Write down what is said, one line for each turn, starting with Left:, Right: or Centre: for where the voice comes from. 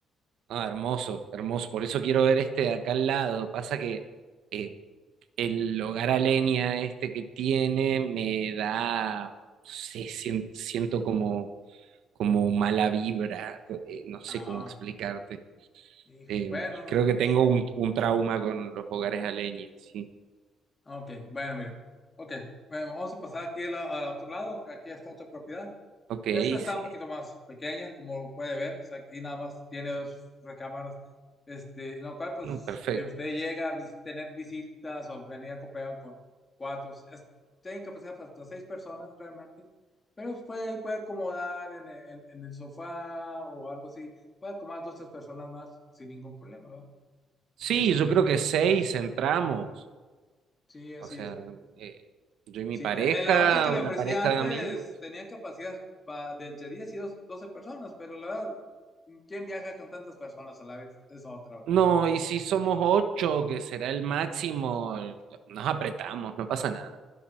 Right: Ah, hermoso, hermoso. Por eso quiero ver este de acá al lado. Pasa que eh, el hogar a leña este que tiene me da, no sé, sien- siento como, como mala vibra. eh, no sé
Left: Ah,
Right: cómo explicarte.
Left: hijo.
Right: Eh,
Left: bueno, amigo,
Right: creo que
Left: pues
Right: tengo
Left: este.
Right: un, un trauma con los hogares a leña, sí.
Left: Ok, bueno, mire. Ok, bueno, vamos a pasar aquí al, al otro lado. Aquí está otra propiedad.
Right: Ok,
Left: Esta está
Right: sí.
Left: un poquito más pequeña, como puede ver. O sea, aquí nada más tiene dos recámaras. Este, en lo cual, pues,
Right: Mm, Perfecto.
Left: si usted llega a vis- tener visitas o venir acompañado con cuatro, es- tiene capacidad para hasta seis personas realmente. Pero pues, puede, puede acomodar en, el en- en el sofá o algo así. Puede acomodar dos, tres personas más sin ningún problema, ¿verdad?
Right: Sí,
Left: Este,
Right: yo creo que seis entramos.
Left: sí, así
Right: O sea,
Left: es.
Right: eh, yo y mi
Left: Sí,
Right: pareja,
Left: en la otra que le
Right: una
Left: ofrecía
Right: pareja
Left: antes
Right: de amigos.
Left: tenían capacidad pa- de entre 10 y dos- 12 personas, pero la verdad, ¿quién viaja con tantas personas a la vez? Es otra, ¿verdad?
Right: No, y si somos ocho, que será el máximo, nos apretamos, no pasa nada.